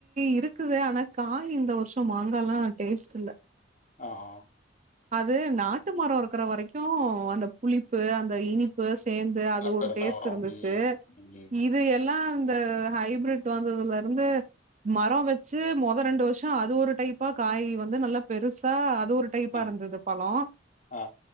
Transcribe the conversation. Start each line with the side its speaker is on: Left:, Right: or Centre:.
Right: இருக்குது ஆனா காய் இந்த வருஷோ மாங்கால்லா டேஸ்ட் இல்ல
Left: ஆ ஹா
Right: அது நாட்டு மர இருக்கிற வரைக்கு அந்த புளிப்பு அந்த இனிப்பு சேந் து அது
Left: கரெக்ட்,
Right: ஒரு
Left: கரெக்ட்டா
Right: டேஸ்ட்
Left: வரும்.
Right: இருந்துச்சு
Left: ம், ம்.
Right: இ இது எல்லா அந்த ஹைபிரிட் வந்ததுல இருந்து மர வச்சு மொத ரெண்டு வர்ஷ அது ஒரு டைப்பா காயி வந்து நல்லா பெருசா அது ஒரு டைப்
Left: அ,
Right: பா இருந்தது பழோ
Left: ஆ.